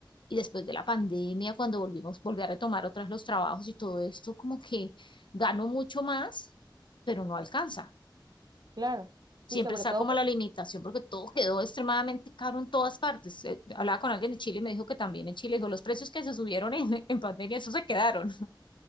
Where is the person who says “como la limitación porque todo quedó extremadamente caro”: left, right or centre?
Left